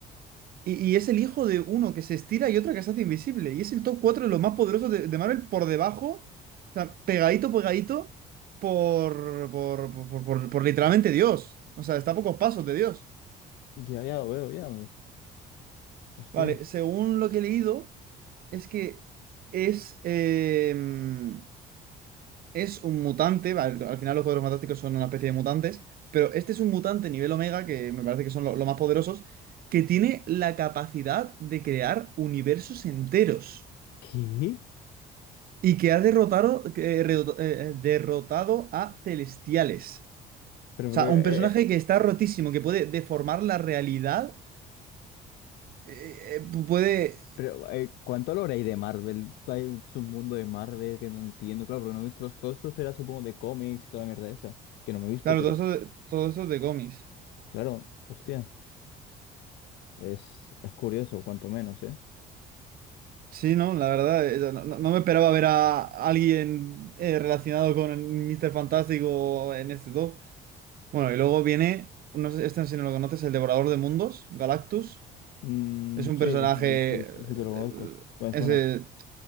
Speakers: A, on the right; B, on the left.
A: y, y es el hijo de uno que se estira y otro que se hace invisible. Y es el top 4 de los más poderosos de, de Marvel por debajo, o sea, pegadito, pegadito por, por, por, por, por- por literalmente Dios. O sea, está a pocos pasos de Dios.
B: Ya, ya lo veo, ya. Hostia.
A: Vale, según lo que he leído, es que es... em, es un mutante, al, al final los Cuatro Fantásticos son una especie de mutantes, pero este es un mutante nivel Omega, que me parece que son lo- los más poderosos, que tiene la capacidad de crear universos enteros
B: ¿Qué?
A: y que ha derrotado, que, eh, redo- eh, eh, derrotado a Celestiales.
B: Pero,
A: O
B: pero,
A: sea,
B: eh,
A: un personaje
B: eh,
A: que está rotísimo, que puede deformar la realidad, eh, eh, puede...
B: Pero, eh, ¿cuánto hablará ahí de Marvel? Hay un mundo de Marvel que no entiendo, claro, porque no he visto los todos esto será supongo de cómics y toda la mierda esa, que no me he visto,
A: Claro,
B: pero
A: todo esto, de- todo esto de cómics.
B: claro, hostia, es, es curioso, cuanto menos, ¿eh?
A: Sí, no, la verdad, eh, no, no- no me esperaba ver a alguien eh, relacionado con Mr. Fantástico en este top. Bueno, y luego viene, no sé, este si no lo conoces, el Devorador de Mundos, Galactus.
B: Mm,
A: Es un
B: sí,
A: personaje,
B: es que, sí,
A: eh,
B: ese que lo conozco, me suena.
A: ese,